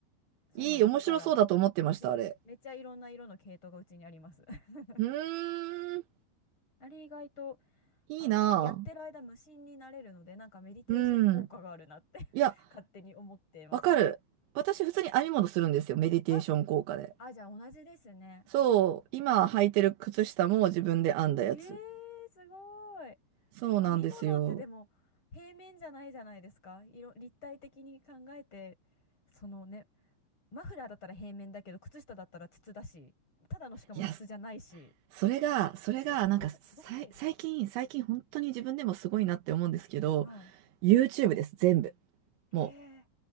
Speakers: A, on the left; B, on the right.
A: そうなんです。
B: いい、面白そうだと思ってました、
A: だから、め、
B: あれ。
A: めっちゃいろんな色の系統がうちにあります。<laughs>
B: うーん、
A: あれ意外と
B: いいな
A: あの、やってる間無心になれるので、なんかメディテーション効果があるなって
B: ぁ。うん。
A: <laughs>
B: いや、
A: 勝手に思っています。
B: わかる。私、普通に編み物するんですよ、メディテーション効果で。
A: あ、あ、じゃあ同じですね。
B: そう、今履いてる靴下も自分で編んだやつ。
A: えー、すごい。
B: そうなんですよ。
A: 編み物ってでも平面じゃないじゃないですか。色、立体的に考えて、そのね、マフラーだったら平面だけど、靴下だったら筒だし、ただのしかも筒じゃないし、
B: いや、それが、それが、
A: すごく、
B: なんかさい、
A: すごくないですか
B: 最近、最近本当に自分でもすごいなって思うんですけど、
A: はい。
B: YouTube です、全部。
A: ええ
B: もう。